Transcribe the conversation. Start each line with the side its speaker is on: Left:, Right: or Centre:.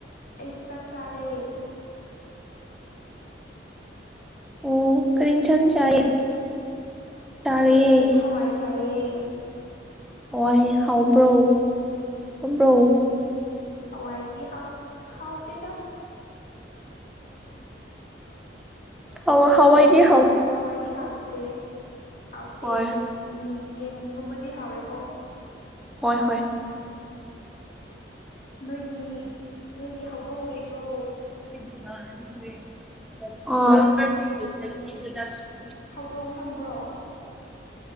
Left: ꯑꯩꯗꯤ ꯆꯥꯛ ꯆꯥꯔꯦ
Centre: ꯑꯣ ꯀꯔꯤ ꯏꯟꯁꯥꯡ ꯆꯥꯏꯌꯦ ꯆꯥꯔꯦ
Left: ꯑꯩꯈꯣꯏꯗꯤ ꯍꯋꯥꯏ ꯆꯥꯏꯌꯦ ꯌ‌ꯦ
Centre: ꯍꯋꯥꯏ ꯍꯥꯎꯕ꯭ꯔꯣ ꯍꯥꯎꯕ꯭ꯔꯣ
Left: ꯍꯋꯥꯏꯗꯤ ꯍꯥꯎ ꯍꯥꯎꯇꯦꯗ
Centre: ꯑꯣꯦ ꯍꯋꯥ ꯑꯣꯏꯗ <unintelligible>
Left: ꯍꯋꯥꯏꯗꯤ ꯍꯥꯎꯇꯦ ꯍꯥꯎꯇꯦ
Centre: ꯍꯣꯏ
Left: ꯎꯝ ꯌꯦꯟꯒꯨꯝꯕꯗꯤ ꯍꯥꯎꯋꯦꯀꯣ
Centre: ꯍꯣꯏ ꯍꯣꯏ
Left: ꯅꯣꯏꯒꯤ ꯅꯣꯏꯒꯤ ꯍꯧꯗꯣꯡ ꯂꯩꯕ꯭ꯔꯣ
Centre: ꯏꯟ꯭ꯔꯣ <unintelligible>
Left: ꯍꯧꯗꯣꯡ ꯈꯪꯕ꯭ꯔꯣ